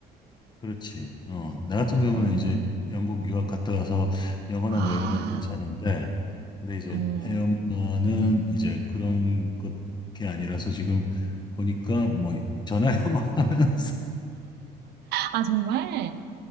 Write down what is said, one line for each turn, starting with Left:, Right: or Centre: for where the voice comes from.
Left: 그렇지. 어, 나 같은 경우는
Right: 어,
Left: 이제 영국 유학 갔다 와서 영어나
Right: 아,
Left: 뭐 이런 건 괜찮은데, 근데 이제
Right: 어,
Left: 애 엄마는 이제 그런 것 게 아니라서 지금 보니까 뭐 전화 영어 <laughs> 하면서
Right: 아, 정말?